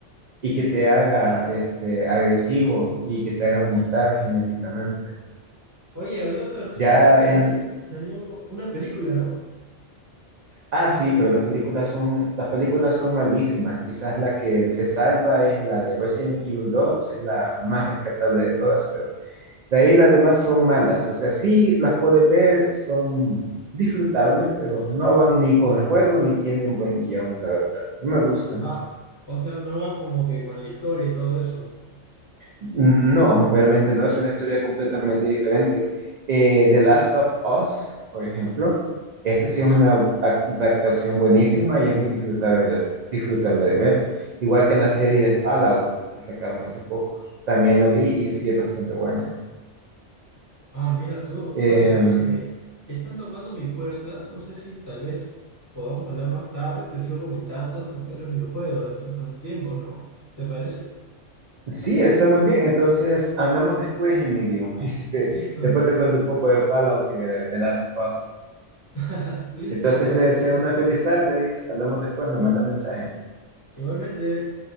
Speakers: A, on the right (about 60°); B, on the left (about 20°).
A: y que te haga este, agresivo y que te haga mutar genéticamente.
B: Oye, hablando de Resident
A: Ya
B: Evil,
A: en...
B: también s- salió una película, ¿no?
A: Ah,
B: Me
A: sí,
B: parece.
A: pero las películas son, las películas son malísimas. Quizás la que se salva es la de Resident Evil dos, es la más rescatable de todas, pero de ahí las demás son malas. O sea, sí las puedes ver, son disfrutables, pero no van ni con el juego ni tienen buen guión, la verdad. No me gustan.
B: Ah, o sea, no va como que con la historia y todo eso.
A: No, realmente no, es una historia completamente diferente. Eh, The Last of Us, por ejemplo, ese
B: Ya.
A: sí es una adaptación buenísima y es muy disfrutable, de- disfrutable de ver. Igual que la serie de Fallout que sacaron hace poco, también la vi y sí es bastante buena.
B: Ah, mira tú.
A: Eh,
B: Oye, escúchame, están tocando mi puerta. No sé si tal vez podamos hablar más tarde. Te sigo comentando acerca de los videojuegos, de nuestros pasatiempos, ¿no? ¿Te parece?
A: sí, está muy bien, entonces hablamos después, Emilio. <laughs> Este,
B: Listo.
A: después te cuento un poco de Fallout y de The Last of Us.
B: <laughs> Listo,
A: Entonces
B: Oscar.
A: te deseo
B: Entonces,
A: una feliz tarde y hablamos después, me mandas mensaje.
B: igualmente.